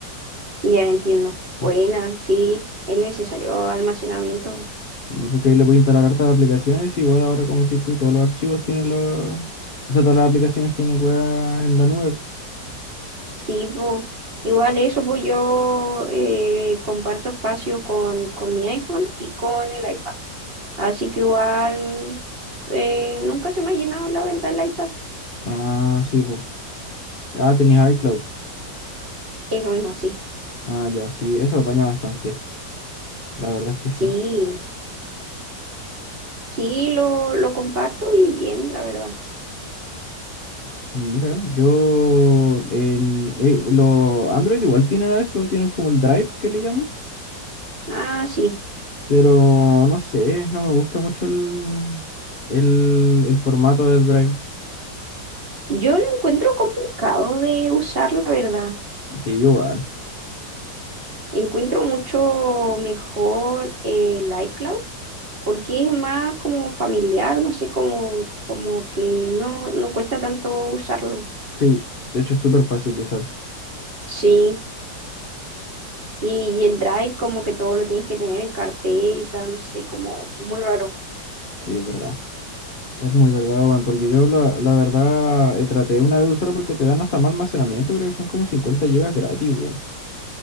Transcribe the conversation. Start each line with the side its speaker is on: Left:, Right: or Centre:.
Right: ya entiendo.
Left: Así-
Right: Buena, sí, es necesario almacenamiento.
Left: Sí, porque ahí le voy a instalar hartas aplicaciones. Igual ahora, como decís tú, todos los archivos tienen los. O sea, todas las aplicaciones tienen weas en la nube.
Right: Sí, po. Igual eso, pues yo eh, comparto espacio con, con mi iPhone y con el iPad. Así que igual eh, nunca se me ha llenado, la verdad, el iPad.
Left: Ah, sí, pues. Ah, tenías iCloud.
Right: Eso mismo, sí.
Left: Ah, ya, sí, eso apaña bastante. La verdad es que sí.
Right: Sí, sí, lo, lo comparto y bien, la verdad.
Left: Mira, yo en eh, los Android igual tienen eso, tienen como el Drive que le llaman,
Right: Ah, sí.
Left: pero no sé, no me gusta mucho el, el, el formato del Drive.
Right: Yo lo encuentro complicado de usar, la verdad.
Left: Sí, yo igual.
Right: Encuentro mucho mejor el iCloud porque es más como familiar, no sé, como, como que no, no cuesta tanto usarlo.
Left: Sí, de hecho es súper fácil de usar.
Right: Sí, y, y el Drive como que todo lo tienes que tener en carpeta, no sé, como muy raro.
Left: Sí, es verdad. Es muy verdad, weón, porque yo la, la verdad eh, traté una vez de usarlo porque te dan hasta más almacenamiento, creo que son como 50 gigas gratis, weón.